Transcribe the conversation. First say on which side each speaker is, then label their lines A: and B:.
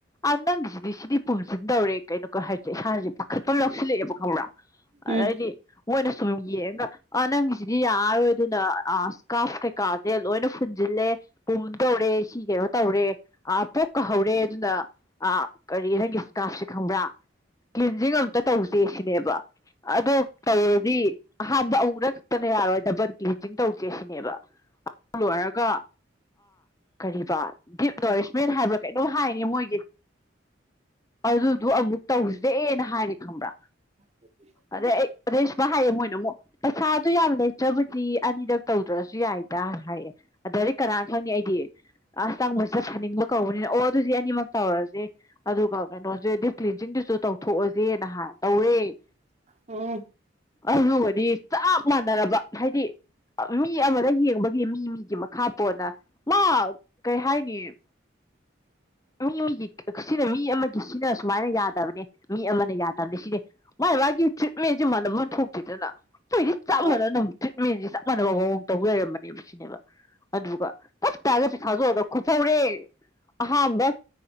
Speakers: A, on the left; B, on the right.
A: ꯑ ꯅꯪꯒꯤꯁꯤꯗꯤ ꯁꯤꯗꯤ ꯄꯨꯟꯁꯤꯟ ꯇꯧꯔꯦ ꯀꯩꯅꯣꯒ ꯍꯥꯏꯕꯁꯦ ꯏꯁꯥꯥꯁꯦ ꯄꯥꯈꯠꯄ ꯂꯧꯁꯤꯜꯂꯛꯑꯦꯕ ꯈꯪꯕ꯭ꯔꯥ ꯑꯗꯩꯗꯤ
B: ꯎꯝ
A: ꯃꯣꯏꯅ ꯁꯨꯝ ꯌꯦꯡꯒ ꯑ ꯅꯪ ꯁꯤꯁꯤꯗꯤ ꯌꯥꯔꯔꯣꯏ ꯑꯗꯨꯅ ꯏꯁꯀꯥꯔꯐ ꯀꯩꯀꯥꯁꯦ ꯂꯣꯏꯅ ꯐꯨꯟꯁꯤꯜꯂꯦ ꯄꯨꯗꯧꯔꯦꯁꯤ ꯀꯩꯅꯣ ꯇꯧꯔꯦ ꯑ ꯄꯣꯛꯀ ꯍꯧꯔꯦ ꯑꯗꯨꯅ ꯀꯔꯤ ꯅꯪꯒꯤ ꯏꯁꯀꯥꯔꯞꯁꯦ ꯈꯪꯕ꯭ꯔꯥ ꯀ꯭ꯂꯤꯟꯖꯤꯡ ꯑꯝꯇ ꯇꯧꯁꯦ ꯁꯤꯅꯦꯕ ꯑꯗꯣ ꯇꯧꯔꯗꯤ ꯑꯍꯥꯟꯕ ꯑ ꯃꯔꯛꯇꯅꯦ ꯌꯥꯔꯣꯏ ꯗꯕꯜ ꯀꯤꯇꯤꯡ ꯇꯧꯁꯦ ꯁꯤꯅꯦꯕ ꯂꯣꯏꯔꯒ ꯀꯔꯤꯕ ꯗꯤꯞ ꯅꯔꯤꯁꯃꯦꯟ ꯍꯥꯏꯕ꯭ꯔꯥ ꯀꯩꯅꯣꯝ ꯍꯥꯏꯅꯤ ꯃꯣꯏꯒꯤ ꯑꯗꯨꯗꯣ ꯑꯃꯨꯛ ꯇꯧꯁꯤꯗꯦꯅ ꯍꯥꯏꯔꯦ ꯈꯪꯕ꯭ꯔꯥ
B: ꯑꯗꯨ
A: ꯑꯗꯩ ꯑꯩ ꯑꯗꯩ ꯁꯨꯃ ꯍꯥꯏꯌꯦ ꯃꯣꯏꯅ ꯑꯃꯨꯛ ꯄꯩꯁꯥꯗꯣ ꯌꯥꯝ ꯂꯩꯇ꯭ꯔꯕꯗꯤ ꯑꯅꯤꯔꯛ ꯇꯧꯗ꯭ꯔꯁꯨ ꯌꯥꯏꯗ ꯍꯥꯏꯌꯦ ꯑꯗꯨꯗꯗꯤ ꯀꯅꯥꯅ ꯈꯪꯅꯤ ꯑꯩꯗꯤ ꯑꯁꯇꯥꯡꯕꯕꯁꯤꯗ ꯐꯅꯤꯡꯕ ꯀꯧꯕꯅꯤꯅ ꯑꯣ ꯑꯗꯨꯗꯤ ꯑꯅꯤꯃꯛ ꯇꯧꯔꯁꯦ ꯑꯗꯨꯒ ꯀꯩꯅꯣꯁꯨ ꯗꯤꯞ ꯀ꯭ꯂꯤꯟꯁꯤꯡꯗꯨꯁꯨ ꯇꯧꯊꯣꯛꯑꯁꯦ ꯅꯍꯥꯟ ꯇꯧꯔꯦ
B: ꯎꯝ
A: ꯑꯅꯒꯗꯤ ꯆꯞ ꯃꯥꯟꯅꯔꯕ ꯍꯥꯏꯗꯤ ꯃꯤ ꯑꯃꯗ ꯌꯦꯡꯕꯒꯤ ꯃꯤ ꯃꯤꯒꯤ ꯃꯈꯥ ꯄꯣꯟꯅ ꯃꯥ ꯀꯩ ꯍꯥꯏꯥꯏꯅꯤ
B: <unintelligible>
A: ꯃꯤ ꯃꯤꯒꯤ ꯁꯤꯅ ꯃꯤ ꯑꯃꯒꯤ ꯁꯤꯅ ꯁꯨꯃꯥꯏꯅ ꯌꯥꯗꯕꯅꯦ ꯃꯤ ꯑꯃꯅ ꯌꯥꯗꯕꯅꯦ ꯁꯤꯗꯤ ꯃꯥꯏ ꯃꯥꯥꯏ ꯒꯤ ꯇ꯭ꯔꯤꯠꯃꯦꯟꯁꯦ ꯃꯥꯟꯅꯅꯕ ꯊꯣꯛꯇꯦꯗꯅ ꯑꯩꯣꯏꯗꯤ ꯆꯞ
B: ꯍꯣꯏ
A: ꯃꯥꯟꯅ ꯇ꯭ꯔꯤꯠꯃꯦꯟꯁꯦ ꯆꯞ ꯃꯥꯟꯅꯕ ꯐꯋꯡ ꯇꯧꯖꯔꯝꯃꯦ ꯅꯦ ꯁꯤꯅꯦꯕ ꯑꯗꯨꯒ ꯇꯞ ꯇꯥꯔꯒꯁꯨ ꯊꯥꯖꯣꯛꯑꯗ ꯈꯨꯐꯧꯔꯦ ꯑꯍꯥꯝꯕ